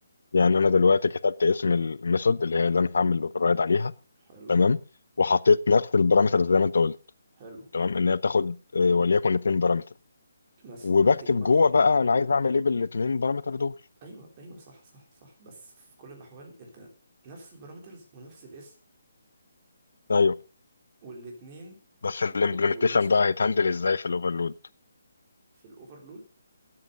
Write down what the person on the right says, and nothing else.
حلو
حلو
مثلا
بتجمعه
ايوه ايوه صح صح صح بس في كل الاحوال انت نفس البارامترز ونفس الاسم
والاتنين
لو هيورثوا
في الاوفرلود